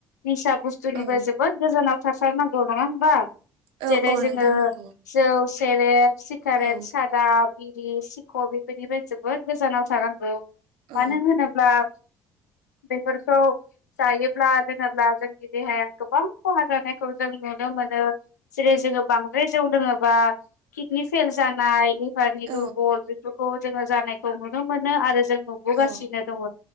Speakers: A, on the left; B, on the right.
A: निसा बुस्थुनिबो
B: औ
A: जोबोद गोजानाव थासारनांगौ नङा होमबा
B: औ
A: जेरै
B: औ
A: जोङो
B: नोंथां नंगौ
A: जौ, सेरेब, सिगारेट
B: औ
A: बा बिरि सिखर बेफोरनिफ्राय जोबोद गोजानाव थानांगौ
B: औ
A: मानो होनोब्ला <inaudible> बेफोरखौ जायोब्ला लोङोब्ला जोंनि देहाया गोबां खहा जानायखौ जों नुनो मोनो जेरै जोङो बांद्राय जौ लोङोबा किदनि फेल जानाय लिभारनि
B: औ
A: दुरबल बे खौ जोङो जानायखौ नुनो मोनो आरो जों नुबोगासिनो
B: औ
A: दङ।